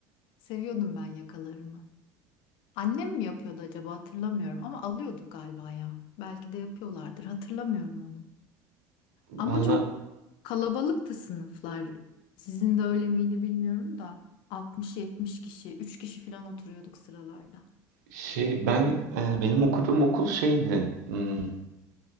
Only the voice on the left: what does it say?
Seviyordum ben yakalarımı. Annem mi yapıyordu acaba hatırlamıyorum ama alıyorduk galiba ya. Belki de yapıyorlardır hatırlamıyorum onu. Ama
çok kalabalıktı sınıflar. Sizin de öyle miydi bilmiyorum da 60-70 kişi, 3 kişi falan oturuyorduk sıralarda.